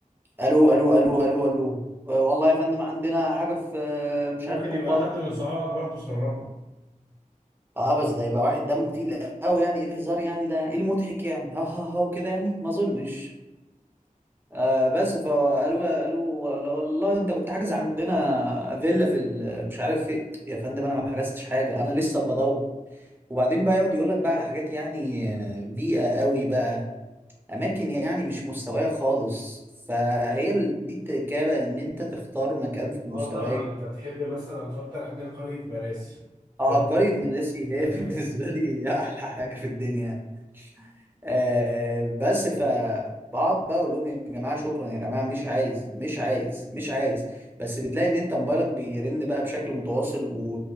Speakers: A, on the right; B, on the right.
A: الو الو الو الو الو والله يا فندم عندنا حاجه في آه، مش
B: ممكن
A: عارف كومباوند
B: يبقى حد من صحابك برضه سربه
A: اه بس ده يبقى واحد دمه تقيل قوي يعني ايه الهزار يعني ده ايه المضحك يعني ها ها ها وكده يعني ما اظنش آه بس فقالوا قالوا والله انت كنت حاجز عندنا فيلا في ال- مش عارف فين يا فندم انا ما حجزتش حاجه انا لسه بدور وبعدين بقى يقعد يقول لك بقى على حاجات يعني آه، بيئه قوي بقى اماكن يعني مش مستوايه خالص فهي ال- دي التركيبه بقى ان انت تختار مكان في مستواك
B: اه طبعا انت هتحب مثلا اكتر حاجه قريه مراسي
A: اه
B: تحب
A: قريه مراسي هي
B: مراسي
A: <laughs> بالنسبه لي احلى حاجه في الدنيا آه بس فبقعد بقى اقول لهم يا جماعه شكرا يا جماعه مش عايز مش عايز مش عايز بس بتلاقي ان انت موبايلك بيرن بقى بشكل متواصل و...